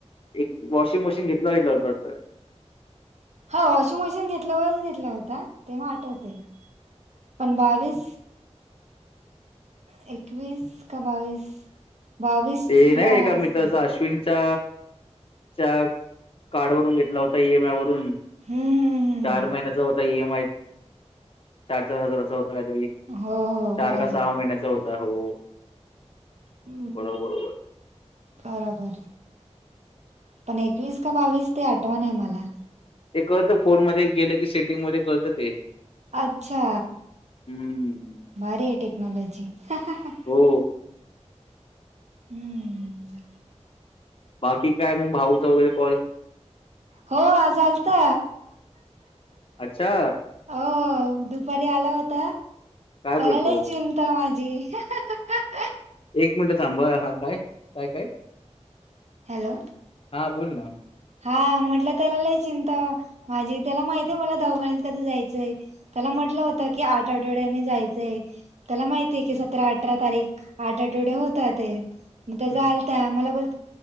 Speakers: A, on the left (about 50°); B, on the right (about 70°).
A: एक वॉशिंग मशीन घेतलं <unintelligible>
B: हा वॉशिंग मशीन घेतल्यावरच घेतला होता तेव्हा आठवतेय पण बावीस <inaudible> एकवीस का बावीस बावीस
A: ते
B: ला
A: नाही का एका
B: असेल
A: मित्राचा अश्विन च्या च्या कार्ड वरून घेतला होता ई एम आय वरून
B: हम्म हम्म
A: चार महिन्याचा होता इ एम चार चार हजाराचा होता काहीतरी चार
B: हम्म हो हो बराबर
A: का सहा महिन्याच होत हो
B: हम्म,
A: बरोबर बरोबर
B: बरोबर पण एकवीस का बावीस ते आठवण मला
A: ते कळत फोर मध्ये गेलं की सेटिंग मध्ये कळत ते
B: अच्छा
A: हम्म
B: भारी आहे टेक्नॉलॉजी हा हा हा
A: हो
B: हम्म
A: बाकी काय मग भाऊचा वगैरे कॉल
B: हो आज आलता
A: अच्छा
B: हो दुपारी आला होता
A: काय
B: त्यालाला
A: बोलतो
B: चिंताय माझी माझी
A: एक मिनिटं थांब हा काय काय काय
B: हॅलो
A: हां बोल ना
B: हा म्हटलं त्याला लय चिंता माझी त्याला माहित आहे मला दवाखान्यात कधी जायचंय त्याला म्हटलं होतं की आठ आठवड्यानी जायचंय त्याला माहितीय कि सतरा अठरा तारीख आठ आठवडे होतात मग त्याचा
A: हम्म
B: आलता मला बोल